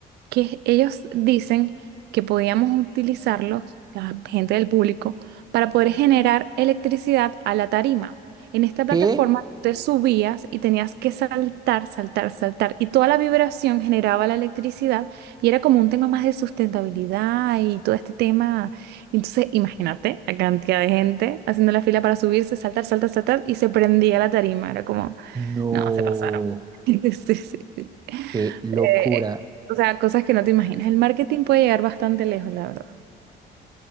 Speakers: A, on the right; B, on the right.
A: que ellos dicen que podíamos utilizarlos, la gente del público, para poder generar electricidad a la tarima. En esta plataforma
B: ¿Qué?
A: te subías y tenías que saltar, saltar, saltar, y toda la vibración generaba la electricidad y era como un tema más de sustentabilidad y todo este tema. Entonces, imagínate la cantidad de gente haciendo la fila para subirse, saltar, saltar, saltar, y se prendía la tarima. Era como...
B: No,
A: No, se pasaron. <laughs> Sí, sí, sí.
B: qué locura.
A: Eh, o sea, cosas que no te imaginas. El marketing puede llegar bastante lejos, la verdad.